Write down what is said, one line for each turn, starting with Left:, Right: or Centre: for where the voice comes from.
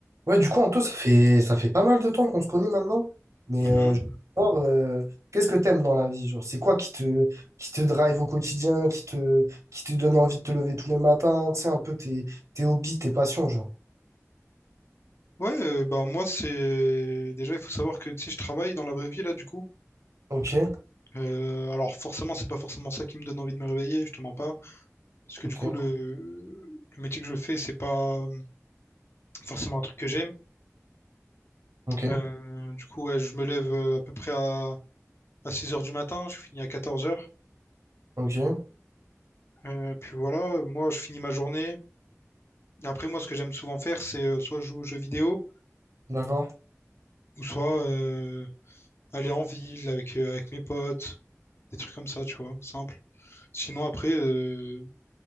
Right: Ouais, du coup, Anto, ça fait, ça fait pas mal de temps qu'on se connaît maintenant. Mais
Left: Mhm.
Right: euh, je veux savoir, euh, qu'est-ce que t'aimes dans la vie? Genre, c'est quoi qui te, qui te drive au quotidien, qui te, qui te donne envie de te lever tous les matins, tu sais, un peu tes, tes hobbies, tes passions, genre.
Left: Ouais, euh, bah moi c'est déjà il faut savoir que tu sais je travaille dans la vraie vie là du coup.
Right: Ok,
Left: Euh, alors forcément c'est pas forcément ça qui me donne envie de me réveiller, je te mens pas, parce que
Right: ok,
Left: du coup le, le métier que je fais c'est pas euh, forcément un truc que j'aime.
Right: ok,
Left: Euh, du coup ouais, je me lève euh, à peu près à, à 6 heures du matin, je finis à 14 heures.
Right: ok,
Left: Euh, puis voilà, moi je finis ma journée. et Après moi ce que j'aime souvent faire c'est euh, soit jouer aux jeux vidéo
Right: d'accord,
Left: ou soit euh, aller en ville avec euh, avec mes potes, des trucs comme ça tu vois, simple. Sinon, après, euh,